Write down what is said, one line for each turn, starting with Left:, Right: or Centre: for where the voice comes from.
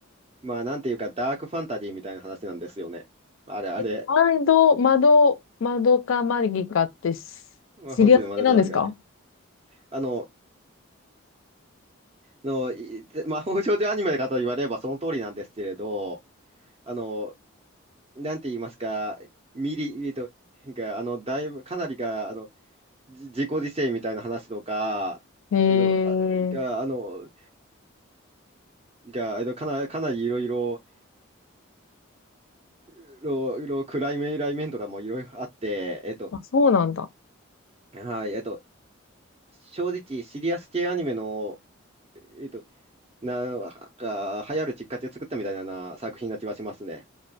Right: まあ、なんていうか、ダークファンタジーみたいな話なんですよね。あれ、あれ。
Left: え、窓、窓、窓かマギかってシシリアス系なんですか
Right: 魔法少女窓かまりがて。あの、の、いで魔法少女アニメかと言われればその通りなんですけれど、あの、なんて言いますか、ミリ、えっと、が、あの、だいぶ、かなりが、あの、じ自己犠牲みたいな話とか、
Left: へえ
Right: えっと、あが、あの、が、えっと、かな、かなりいろいろ、いろいろ暗い面、来面とかもいろいろあって、えっと、
Left: あ、そうなんだ。
Right: はい、えっと、正直、シリアス系アニメの、えっと、な、が、流行るきっかけを作ったみたいな作品な気はしますね。